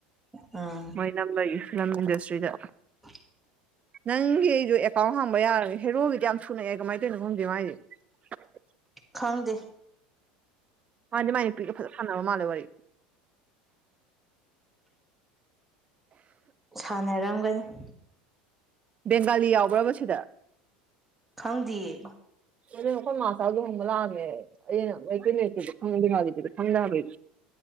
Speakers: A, in the centre; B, on the right.
A: ꯎꯝ
B: ꯃꯣꯏ ꯅꯝꯕꯒꯤ ꯐꯤꯂꯝ ꯏꯟꯗꯁꯇ꯭ꯔꯤꯗ
A: <unintelligible>
B: ꯅꯪꯒꯤ ꯑꯩꯗꯣ ꯑꯦꯀꯥꯎꯟ ꯍꯥꯡꯕ ꯌꯥꯔꯒꯦ ꯍꯦꯔꯣꯒꯤꯗꯤ ꯌꯥꯝ ꯁꯨꯅꯛꯑꯦ ꯀꯃꯥꯏꯅ ꯇꯧꯅꯣ ꯈꯪꯗꯦ ꯃꯥꯥꯏꯗꯤ <unintelligible>
A: ꯈꯪꯗꯦ
B: ꯃꯥꯥꯗꯤ ꯃꯥꯥꯏ ꯅꯨꯄꯤꯒ ꯐꯥꯟꯅ ꯁꯥꯟꯕ ꯃꯂꯦ ꯋꯥꯔꯤ
A: ꯁꯥꯟꯅꯔꯝꯒꯅꯤ <unintelligible>
B: ꯕꯦꯡꯒꯥꯂꯤ ꯌꯥꯎꯕ꯭ꯔꯕ ꯁꯤꯗ
A: ꯈꯪꯗꯤꯌꯦ
B: ꯑꯗꯨ ꯅꯈꯣꯏ ꯃꯥꯆꯥꯗ ꯍꯣꯡꯕ ꯂꯥꯛꯑꯝꯃꯦ ꯑꯩꯅ ꯃꯩꯇꯩ ꯃꯠꯇꯗ ꯈꯪꯗꯦꯒꯤꯗꯨꯗꯤ ꯈꯪꯗꯕꯩ